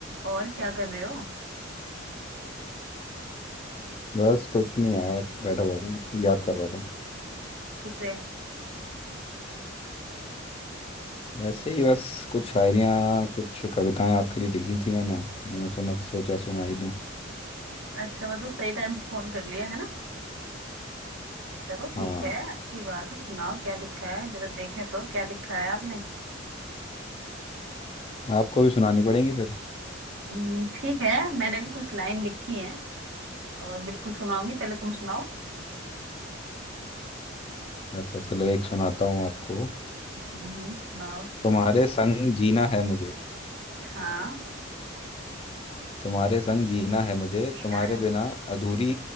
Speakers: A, on the right; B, on the left.
A: और क्या कर रहे हो
B: बस कुछ नहीं यार बैठा हुआ था याद कर रहा था
A: किसे
B: वैसे ही बस कुछ शायरियाँ कुछ कविताएं आपके लिए लिखी थी मैंने मैंने सुना सोचा सुनाई दूं
A: अच्छा मतलब सही टाइम पे फोन कर लिया है ना चलो ठीक
B: हाँ
A: है अच्छी बात है सुनाओ क्या लिखा है जरा देखें तो क्या लिखा है आपने
B: आपको भी सुनानी पड़ेंगी फिर
A: हम्म, ठीक है मैंने भी कुछ लाइन लिखी है और बिल्कुल सुनाऊंगी पहले तुम सुनाओ
B: अच्छा चलो एक सुनाता हूँ आपको
A: हम्म सुनाओ
B: तुम्हारे संग जीना है मुझे
A: हाँ
B: तुम्हारे संग जीना है मुझे
A: जीना
B: तुम्हारे
A: है
B: बिना अधूरी